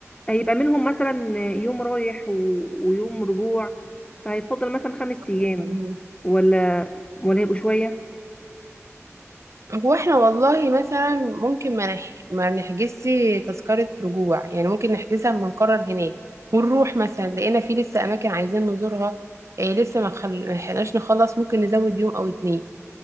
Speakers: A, on the left (about 20°); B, on the right (about 65°).
A: هيبقى منهم مثلا آه، يوم رايح و- ويوم رجوع فهيتفضل مثلا خمس
B: ألحق.
A: ايام ولا ولا هيبقوا شويه
B: هو احنا والله مثلا ممكن ما نح... ما نحجزش تذكرة رجوع يعني ممكن نحجزها اما نقرر هناك ونروح مثلا لقينا في لسه أماكن عايزين نزورها إيه لسه ما خل... ما لحقناش نخلص ممكن نزود يوم أو اتنين